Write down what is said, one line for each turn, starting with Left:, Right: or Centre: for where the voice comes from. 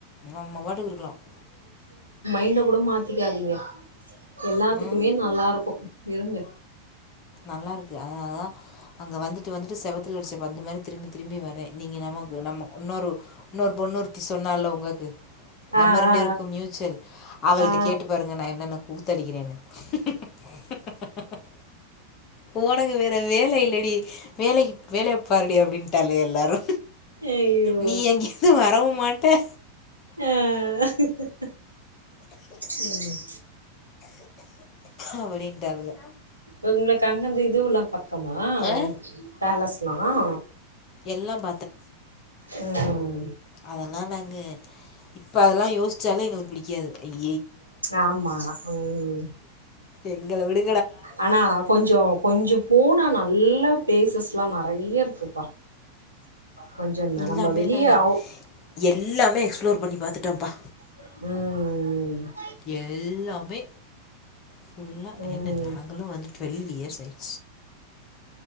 Left: நம்ம பாட்டுக்கு இருக்கலாம்
Right: நீண்ட கூட மாத்திக்காதீங்க எல்லாத்துக்குமே
Left: ம்
Right: நல்லாயிருக்கும் இருங்க
Left: நல்லாயிருக்கு அதனால தான் வந்துட்டு வந்துட்டு செவத்துல அடிச்சப் பந்து மாறி திருப்பி திரும்பி வரேன் நீங்க நமக்கு நம்ம இன்னொரு இன்னொரு பொண்ணூருத்தி சொன்னாலோ உங்களுக்கு
Right: ஆ
Left: நம்ம ரெண்டு
Right: ஆ
Left: பேருக்கு மியூச்சல் அவள்ட
Right: ஆ ஆ
Left: கேட்டு பாருங்க நா என்னன்னு கூத்தடிகிறேனு இம் இம் ஹ ஹ ஹ உனக்கு வேற வேல இல்லடி வேலைக்கு வேலைய பாருடி அப்டின்ட்டாலக எல்லாரு
Right: ஐயோ
Left: நீ அங்கிருந்து வரவு மாட்ட
Right: ஆஹ் ஹ ஹ உம்
Left: அப்டின்றாளுஹ
Right: உங்ளுக்கு அங்கருது இதுல்லா பக்கமா
Left: ஆ
Right: பேலஸ்ல்லாம்
Left: எல்லாம்
Right: உஹம்
Left: அதெல்லா நாங்க இப்ப அதெல்லா யோசிச்சாலே எங்ளுக்கு புடிகாது அய்
Right: ஆமா உம்
Left: எங்கள விடு
Right: ஆனா கொஞ்சோ கொஞ்சம் போனா நல்ல எல்லா பேசஸ்லா நெறைய இருக்குப்பா கொஞ்சந்தா
Left: எல்லாமே
Right: நம்ம வெளிய
Left: நாங்க
Right: அவு
Left: எல்லாமே எக்ஸ்ப்ளோர் பண்ணி பாத்துட்டோப்பா
Right: உம்ம்ம் ம்ம்
Left: எல்லாமே ஃபுல்லா
Right: ம்
Left: என்ன நாங்களு வந்து டுவெல்வ் இயர்ஸ் ஆயிடு